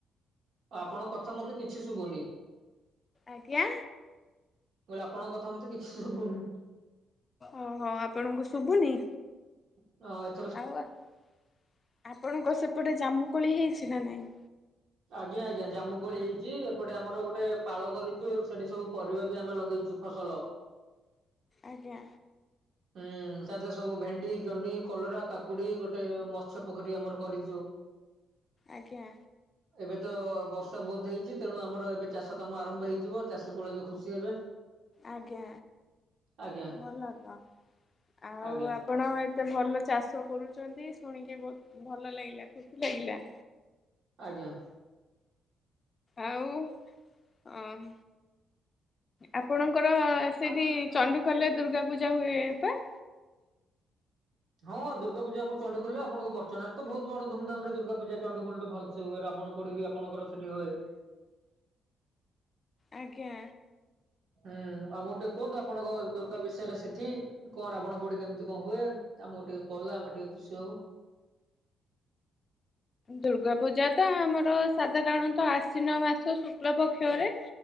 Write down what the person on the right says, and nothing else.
ଆପଣଙ୍କ କଥା ମତେ କିଛି ଶୁବୁନି।
ମୁଁ କହିଲି ଆପଙ୍କ କଥା ମତେ କିଛି ଶୁବୁନି।
<unintelligible>
ଆଜ୍ଞା ଆଜ୍ଞା ଜାମୁକୋଳି ହେଇଚି। ଏପଟେ ଆମର ଗୋଟେ ପାଳ କରିଚୁ ସେଠି ସବୁ ପରିବା ବି ଆମେ ଲଗେଇଚୁ। ଫସଲ।
ହୁଁ ତା <unintelligible> ସବୁ, ଭେଣ୍ଡି, ଜହ୍ନି, କଲରା, କାକୁଡି ଗୋଟେ ମତ୍ସ୍ୟ ପୋଖରୀ ଆମର କରିଚୁ।
ଏବେ ତ ବର୍ଷା ବୋହୁତ ହେଇଚି। ତେଣୁ ଆମର ଏବେ ଚାଷ କାମ ଆରମ୍ଭ ହେଇଯିବ। ଚାଷୀ କୂଳ ବି ଖୁସି ହେବେ।
ଆଜ୍ଞା
ଆଜ୍ଞା
ଆଜ୍ଞା।
ହଁ ଦୁର୍ଗାପୂଜା ଆମ ଚଣ୍ଡିଖୋଲ ଆପଣଙ୍କ ବଡଚଣାରେ ତ ବୋହୁତ ବଡ ଧୁମଧାମରେ ଦୁର୍ଗାପୂଜା ଚଣ୍ଡିଖୋଲଟେ ଭଲ ସେ ହୁଏ। ରାବଣ ପୋଡିବି ଆପଣଙ୍କର ସେଠି ହୁଏ।
ହୁଁ ଆମକୁ ଟିକେ କୁହନ୍ତୁ ଆପଣଙ୍କ ଦୁର୍ଗା ବିଷୟରେ ସେଠି। କଣ ରାବଣ ପୋଡି କେମିତି କଣ ହୁଏ। ଆମକୁ ଟିକେ କହିଲେ ଆମେ ଟିକେ ଖୁସି ହୋବୁ।